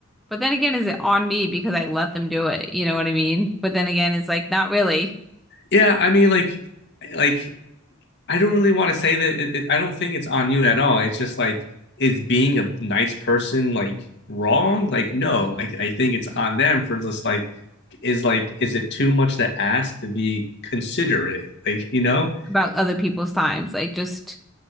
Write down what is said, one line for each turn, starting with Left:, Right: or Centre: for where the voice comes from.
Centre: But then again, is it on me because I let them do it? You know what I mean? But then again, it's like not really
Left: Yeah, I mean, like, like I don't really want to say that. It, it, I don't think it's on you at all. It's just like is being a nice person like wrong? Like, no, I I think it's on them for just like is like is it too much to ask to be considerate? Like, you know,
Centre: about other people's times. Like, just